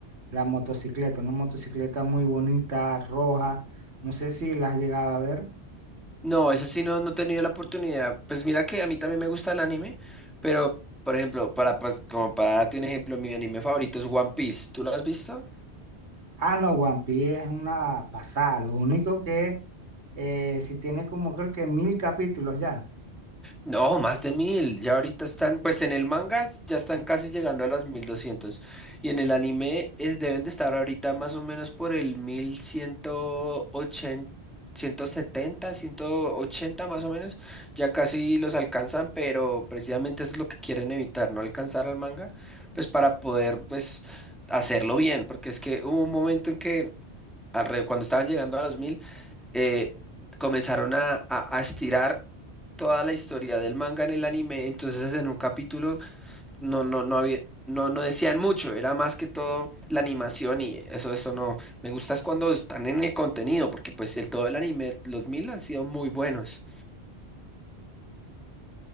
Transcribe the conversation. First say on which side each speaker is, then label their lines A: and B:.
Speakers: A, on the right; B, in the centre.
A: la motocicleta, una motocicleta muy bonita, roja, no sé si la has llegado a ver.
B: No, eso sí no, no he tenido la oportunidad. Pues mira que a mí también me gusta el anime, pero por ejemplo, para, pas- como para darte un ejemplo, mi anime favorito es One Piece. ¿Tú lo has visto?
A: Ah, no, One Piece es una pasada, lo único que eh, si tiene como creo que mil capítulos ya.
B: No, más de mil. Ya ahorita están, pues en el manga ya están casi llegando a los mil doscientos Y en el anime es, deben de estar ahorita más o menos por el mil ciento ciento ochenta, ciento setenta, ciento ochenta más o menos. Ya casi los alcanzan, pero precisamente eso es lo que quieren evitar, no alcanzar al manga, pues para poder pues hacerlo bien, porque es que hubo un momento en que alre- cuando estaban llegando a los mil, eh, comenzaron a, a- a estirar toda la historia del manga en el anime, entonces en un capítulo no, no, no había, no, no decían mucho, era más que todo la animación y eso, eso no. Me gusta es cuando están en el contenido, porque pues el, todo el anime, los mil han sido muy buenos.